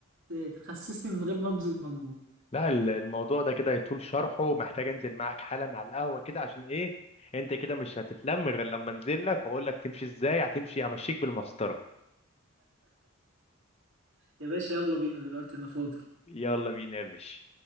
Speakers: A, on the right; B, on the left.
A: ت- تخسسني من غير ما ابذل مجهود
B: لا ال- الموضوع ده كده يطول شرحه محتاج انزل معاك حالا على القهوة كده عشان ايه انت كده مش هتتلم غير لما انزل لك واقول لك تمشي ازاي هتمشي همشيك بالمسطرة
A: يا باشا يلا بينا دلوقتي انا فاضي
B: يلا بينا يا باشا